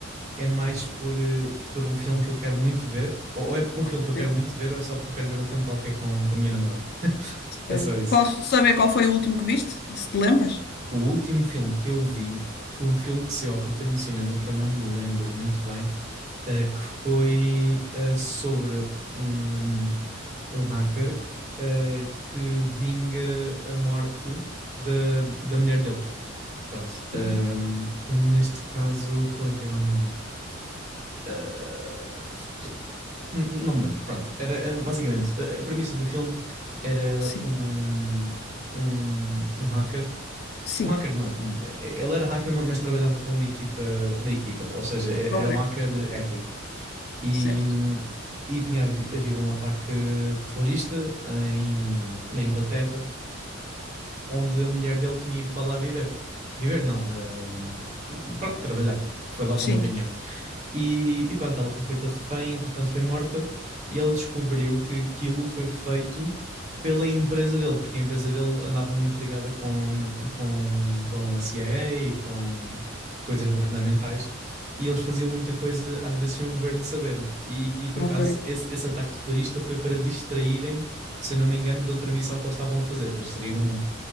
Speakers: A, on the right; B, on the left.
A: é mais por, eh, por um filme que eu quero muito ver, ou, ou é porque um
B: Ok.
A: filme que eu quero muito ver, ou é só porque eu quero ver um filme qualquer com, com a minha namorada. É
B: Eh,
A: só isso.
B: Posso saber qual foi o último que viste? Se te lembras?
A: O último filme que eu vi foi um filme que saiu há pouco tempo no cinema, que eu não me lembro muito bem, eh, que foi eh, sobre um, um hacker eh, que vinga a morte da, da mulher dele. Pronto. Ahm,
B: Ah,
A: que neste caso, qual é que era o nome? Ah, N- Não me lembro, pronto. Era, era, basicamente a, a premissa do filme era
B: sim.
A: um, um, um hacker.
B: Sim.
A: Um hacker não, um- ele era hacker, ma- mas trabalhava para uma equipa, uma equipa, ou seja, e- era
B: Ok.
A: um hacker ético. E,
B: Certo.
A: hum, e tinha havi- havido um ataque terrorista em, na Inglaterra, onde a mulher dele tinha ido para lá viver. Viver não, hum, pronto, trabalhar. Foi lá
B: Sim.
A: para uma reunião. E, e pronto, ela foi feita refém, entretanto foi morta, e ele descobriu que aquilo foi feito pela empresa dele, porque a empresa dele andava muito ligada com, com, com a CIA e com coisas governamentais, e eles faziam muita coisa, às vezes, sem o governo saber. E, e por
B: Ok.
A: acaso, esse, esse ataque terrorista foi para distraírem, se eu não me engano, de outra missão que eles estavam a fazer, para distrair o mundo.